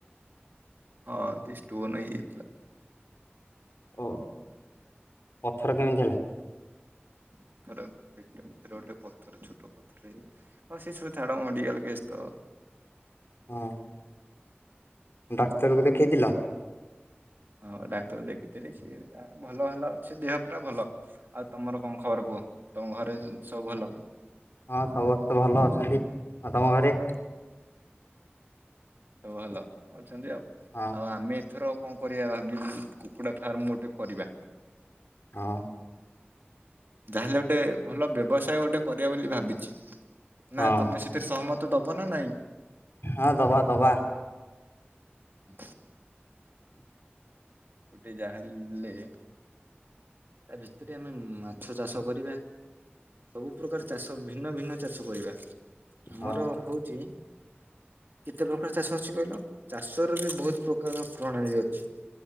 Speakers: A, on the right; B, on the left.
A: ହଁ ତି ଷ୍ଟୋନ ହେଇଯାଇଥିଲା।
B: ଓ ପଥର କେମିତି ହେଲା?
A: ପଥର ପେଟ ଭିତରେ ଗୋଟେ ପଥର ଛୋଟ ପଥର ହେଇଯାଇଥିଲା। ହଁ ସେ ସବୁ ଛାଡ଼ ମେଡିକାଲ କେସ୍ ତ ଆଉ।
B: ହୁଁ। ଡାକ୍ତରକୁ ଦେଖେଇଥିଲ?
A: ହଁ ଡାକ୍ତର ଦେଖିଥିଲି ସିଏ ଭଲ ହେଲା ସେ ଦେହ ପୁରା ଭଲ। ଆଉ ତମର କଣ ଖବର କୁହ ତମ ଘରେ ସବୁ ଭଲ?
B: ହଁ ସମବସ୍ତେ ଭଲ ଅଛନ୍ତି। ହଁ ତମ ଘରେ?
A: ସବୁ ଭଲ ଅଛନ୍ତି ଆଉ।
B: ହଁ।
A: ଆଉ ଆମେ ଏଥର କଣ କରିବା ଭାବି ବି କୁକୁଡା ଫାର୍ମ ଗୋଟେ କରିବା।
B: ହଁ।
A: ଯାହା ହେଲେ ଗୋଟେ ଭଲ ବ୍ୟବସାୟ ଗୋଟେ କରିବା ବୋଲି ଭାବିଚି
B: ହଁ
A: ନା ତମେ ସେ ଏଥିରେ ସହମତ ଦବ ନା ନାଇଁ?
B: ହଁ ଦବା ଦବା।
A: ହୁଁ। ଗୋଟେ ଯାହା ହେଲେ ତା ଭିତରେ ଆମେ ମାଛ ଚାଷ କରିବା ସବୁ ପ୍ରକାର ଚାଷ ଭିନ୍ନ ଭିନ୍ନ ଚାଷ କରିବା ଆମର
B: ହଁ
A: ହୋଉଚି କେତେ ପ୍ରକାର ଚାଷ ଅଛି କହିଲ ଚାଷର ବି ବହୁତ ପ୍ରକାର ପ୍ରଣାଳୀ ଅଛି।